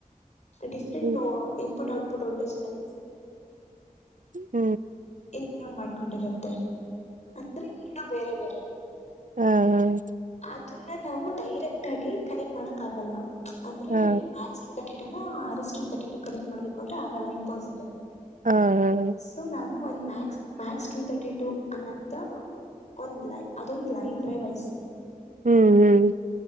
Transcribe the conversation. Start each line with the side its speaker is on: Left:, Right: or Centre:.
Left: ಡಫ್ರೆಂಟ್
Right: ಹ್ಮ್ ಹ್ಮ್
Left: ಇನ್ಪುಟ್ ಟ್ ಫಟೋ ಟ ಇ ಬ
Right: ಹ್ಮ
Left: ಇನ್ಕ್ಲೂಡ್ ಮಾಡ್ಕೊಂಡಿರುತ್ತೆ ಅಂದ್ರೆ ಎರಡು ಬೇರೆ ಬೇರೆ
Right: ಹ್ಮ್ ಹ್ಮ
Left: ಅದನ್ನ ನಾವು ಡೈರೆಕ್ಟ್ ಆಗಿ ಕನೆಕ್ಟ್ ಮಾಡಕ್ ಆಗಲ್ಲ ಅಂದ್ರೆ
Right: ಹಾ
Left: ಈ ಮ್ಯಾಸ್ ಟು ತರ್ಟಿ ಟು ಅ ಕ ಮಾಡ್ಬೇಕು ಅಂದ್ರೆ ಆಗಲ್ಲ ಇಂಪಾಸಿಬಲ್
Right: ಹಾ ಹಾ
Left: ಸೊ ನಾವು ಒಂದ್ mass Max two thirty two ಅನ್ನಂತ ಒಂದ್ ಲೈನ್ ಅದೊಂದ್ ಲೈನ್ ಡ್ರೈವ್ ಐಸ
Right: ಹ್ಮ್ ಹ್ಮ್